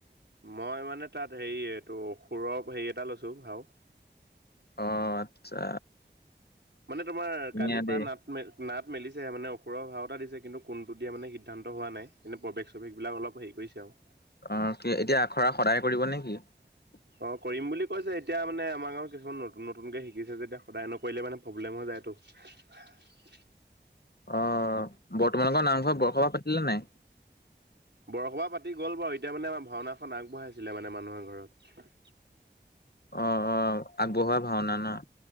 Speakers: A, on the right (about 70°); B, on the left (about 60°).
A: মই মানে তাত হেৰি এইটো সুৰৰ হেৰি এটা লৈছো ভাও
B: অ আচ্ছা
A: মানে, তোমাৰ
B: ধুনীয়া
A: কালি
B: দেই
A: পৰা নাট, নাট মেলিছে। মানে, ওপৰৰ ভাও এটা দিছে। কিন্তু, কোনটো দিয়া মানে, সিদ্ধান্ত হোৱা নাই। এনে, প্ৰৱেশ, চৱেশবিলাক অলপ হেৰি কৰিছে আৰু।
B: অ কি এতিয়া আখৰা সদায় <unintelligible>
A: অ'! কৰিম বুলি কৈছে। এতিয়া মানে, আমাৰ গাঁৱত কিছুমান নতুন, নতুনকে শিকিছে। যেতিয়া, সদায় নকৰিলে মানে প্ৰব্লেম হৈ যায়। সেইটো।
B: অ'! বৰ্তমানৰ নামঘৰত বৰসবাহ পাতিলে নাই?
A: বৰসবাহ পাতি গ'ল বাৰু। এতিয়া মানে, আমাৰ ভাওনাখন আগবঢ়াইছিলে মানে, মানুহৰ ঘৰত।
B: অ'! অ'! আগবঢ়োৱা ভাওনা ন'।